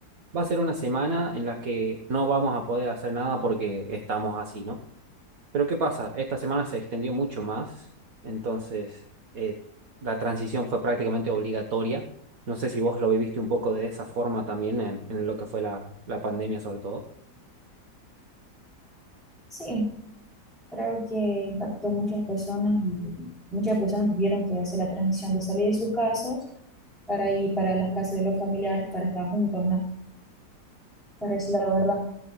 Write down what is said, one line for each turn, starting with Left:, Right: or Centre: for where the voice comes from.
Right: va a ser una semana en la que no vamos a poder hacer nada porque estamos así, ¿no? Pero ¿qué pasa? Esta semana se extendió mucho más, entonces eh, la transición fue prácticamente obligatoria. No sé si vos lo viviste un poco de esa forma también en, en lo que fue la, la pandemia sobre todo.
Centre: Sí, creo que impactó muchas personas y muchas personas tuvieron que hacer la transición de salir de sus casas para ir para las casas de los familiares, para estar juntos, ¿no? Para decir la verdad.